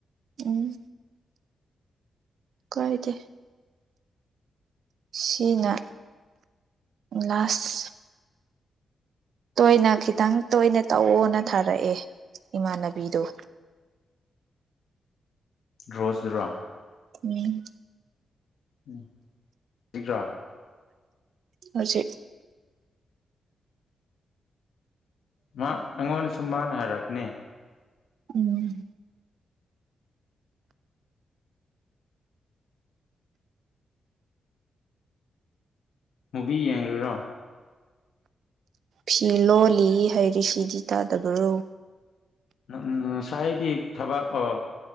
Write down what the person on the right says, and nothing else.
ꯎꯝ ꯀꯥꯏꯗꯒꯤ ꯁꯤꯅ ꯂꯥꯁ ꯇꯣꯏꯅ ꯈꯤꯇꯪ ꯇꯣꯏꯅ ꯇꯧꯑꯣꯅ ꯊꯥꯔꯛꯑꯦ ꯏꯃꯥꯟꯅꯕꯤꯗꯨ
ꯎꯝ
ꯍꯧꯖꯤꯩ
ꯎꯝ
ꯐꯤ ꯂꯣ ꯂꯤ ꯍꯥꯏꯩꯔꯤꯁꯤꯗꯤ ꯇꯥꯗꯕꯔꯣ